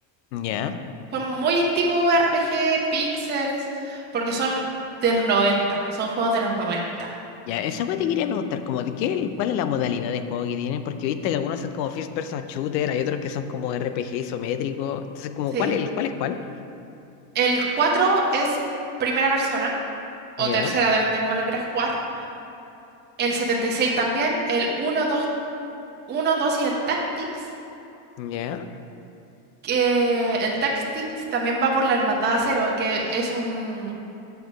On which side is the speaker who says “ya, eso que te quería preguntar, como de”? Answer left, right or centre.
Left